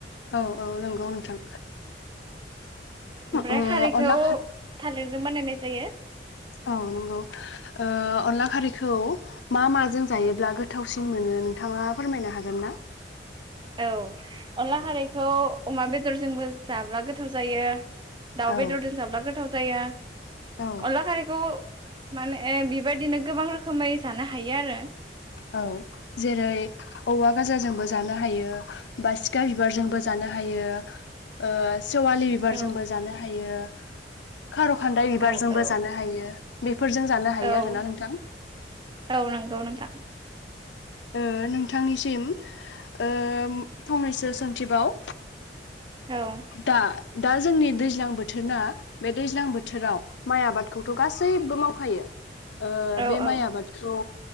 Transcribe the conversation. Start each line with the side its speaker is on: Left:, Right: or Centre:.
Left: औ औ नोंगौ नोंथां।
Right: ओमफ्राय
Left: ओ
Right: खारैखौ
Left: अनला
Right: थालिरजों बानायनाय जायो।
Left: औ नोंगौ ओ अनला खारैखौ मा माजों जायोब्ला गोथावसिन मोनो नोंथाङा फोरमायनो हागोन ना?
Right: औ अनला खारैखौ अमा बेदरजोंबो जाब्ला गोथाव जायो। दाउ
Left: औ
Right: बेदरजों जाब्ला गोथाव जाया।
Left: औ
Right: अनला खारिखौ माने बेबायदिनो गोबां रोखोमै जानो हायो आरो
Left: औ जेरै औवा गाजाजोंबो जानो हायो। बासिखा बिबारजोंबो जानो हायो। ओ सेवालि बिबारजोंबो
Right: औ
Left: जानो हायो। खार' खान्दाय बिबारजोंबो
Right: औ औ
Left: जानो हायो बेफोरजों जानो हायो
Right: औ
Left: आरो ना नोंथां
Right: औ नंगौ नोंथां
Left: ओ नोंथांनिसिम ओ फंनैसो सोंथिबाव
Right: औ
Left: दा दा जोंनि दैज्लां बोथोरना बे दैज्लां बोथोराव माइ आबादखौथ' गासैबो मावखायो ओ
Right: औ
Left: बे
Right: औ
Left: माइ आबादखौ